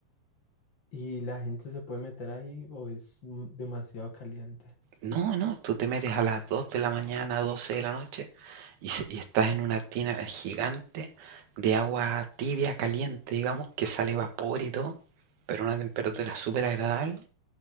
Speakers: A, on the left; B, on the right.
A: ¿Y la gente se puede meter ahí o es mm, demasiado caliente?
B: No, no, tú te metes a las 2 de la mañana, 12 de la noche, y, se- y estás en una tina eh, gigante de agua tibia, caliente, digamos, que sale vapor y todo, pero a una temperatura súper agradable,